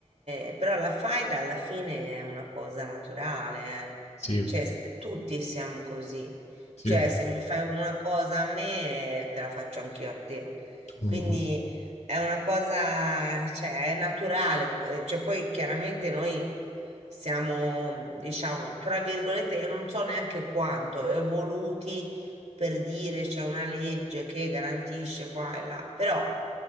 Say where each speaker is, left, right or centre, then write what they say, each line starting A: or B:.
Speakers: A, on the right; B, on the left.
A: eh, però la faida alla fine è una cosa naturale, eh.
B: Sì,
A: Cioè, s- tutti siamo così.
B: sì.
A: Cioè, se mi fai una cosa a me, te la faccio anch'io a te.
B: Mm.
A: Quindi È una cosa, cioè, è naturale, eh, cioè poi chiaramente noi siamo, diciamo, tra virgolette, e non so neanche quanto, evoluti per dire c'è una legge che garantisce qua e là, però